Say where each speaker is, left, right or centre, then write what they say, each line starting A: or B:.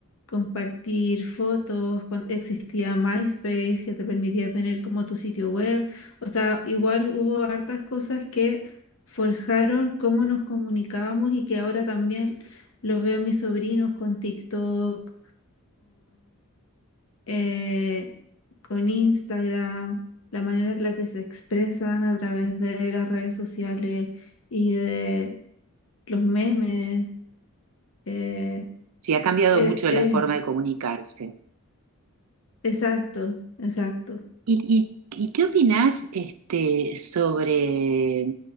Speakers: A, on the left; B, on the right.
A: compartir fotos, cuando existía MySpace, que te permitía tener como tu sitio web. O sea, igual hubo hartas cosas que forjaron cómo nos comunicábamos y que ahora también lo veo en mis sobrinos con TikTok, eh, con Instagram, la manera en la que se expresan a través de las redes sociales y de los memes. eh,
B: Sí, ha cambiado
A: eh,
B: mucho
A: eh,
B: la forma de comunicarse.
A: exacto, exacto.
B: ¿Y, y- y qué opinás este, sobre,